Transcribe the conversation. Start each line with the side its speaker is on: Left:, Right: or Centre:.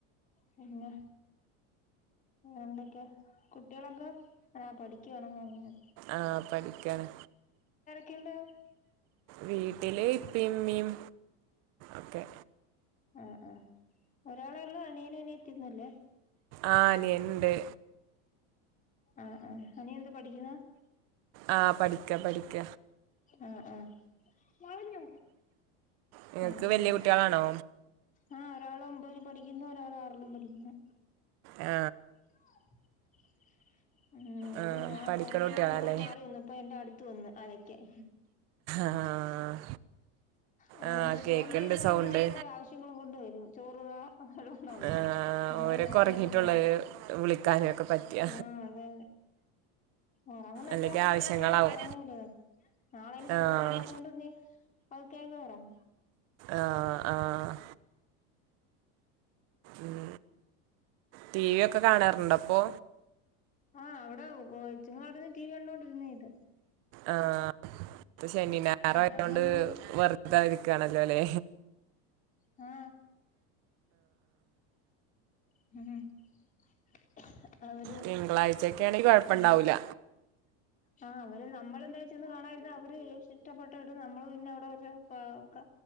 Left: പിന്നെ എന്തൊക്കെയാ കു കുട്ടികളൊക്ക ആ പഠിക്കുവാണന്നു പറഞ്ഞു.
Right: ആഹ് പഠിക്കാണ്
Left: ക്കേണ്ട്
Right: വീട്ടില് ഇപ്പിം ഇമ്മീം ഒക്കെ
Left: ആ ആ ഒരാളെ ഉള്ളൂ. അനിയനും അനിയത്തി ഒന്നൂല്ലേ.
Right: ആഹ് അനിയനുണ്ട്
Left: ആ ആ അനിയനെന്ത് പഠിക്കുന്ന
Right: ആ പഠിക്ക പഠിക്ക
Left: ആ ആ ആ
Right: നിങ്ങൾക്ക്
Left: ആ
Right: വല്യ കുട്ടികളാണോ
Left: ആ ഒരാൾ ഒമ്പതി പഠിക്കുന്നു ഒരാള് ആറിലും പഠിക്കുന്നു.
Right: ആ
Left: <unintelligible> ആ അവര്
Right: ആഹ്
Left: ഞാൻ
Right: പഠിക്കണ
Left: ഫോൺ ചെയ്യണോണ്ട്
Right: കുട്ടികളാല്ലേ
Left: ഇങ്ങോട്ട് മാറി വന്നു ഇപ്പൊ എന്റെ അടുത്ത് വന്നു അലക്കാൻ.
Right: ആഹ്
Left: നമ്മൾ
Right: ആഹ്
Left: എന്താ
Right: കേക്കണ്ട്
Left: ഫോൺ ചെയ്യാന്ന് പറയുമ്പോ
Right: സൗണ്ട്
Left: അവർക്ക് ഓരോ ആവശ്യങ്ങളും കൊണ്ട് വരും ചോറ് താ <unintelligible> വന്ന്
Right: ആഹ്
Left: അങ്ങനെ
Right: ഓരൊക്കെ
Left: ഞാൻ
Right: ഉറങ്ങിയിട്ടുള്ള
Left: ഇങ്ങോട്ട് മാറി.
Right: വിളിക്കാനൊക്കെ പറ്റിയ
Left: ആ ഏ ഉറങ്ങുന്ന എപ്പോഴാ
Right: അല്ലെങ്കിൽ
Left: പാതിരാത്രിയായാലും
Right: ആവശ്യങ്ങളാവും
Left: ഉറങ്ങൂല. നാളെ അയ്ന് സ്കൂളിൽ
Right: ആഹ്
Left: പോണ്ടാത്തോണ്ട് ഇനി കേങ്ങേറും
Right: ആഹ് ആഹ് ഉം ടി വി ഒക്കെ കാണാറുണ്ട് അപ്പൊ.
Left: ആ അവിടെ കൊച്ചുങ്ങളവിടന്ന് ടി വി കണ്ടൊണ്ടിരുന്നേ ഇത്.
Right: ആ ഇപ്പ ശനി ഞായറ് ആയോണ്ട്
Left: ഞാനങ്ങനെ
Right: വ റുതാ ഇരിക്കാണല്ലോലെ.
Left: ആ <unintelligible> അവര്
Right: തിങ്കളാഴ്ചയൊക്കെ ആണെങ്കിൽ കുഴപ്പമുണ്ടാവൂല
Left: ആ ആ അവ ര് നമ്മൾ എന്താ ചെന്ന് കാണാൻ ഇരുന്നാ അവര് ഇഷ്ടപ്പെട്ടട്ട് നമ്മൾ പിന്നെ അവിടെ വെല്ലോം പ ക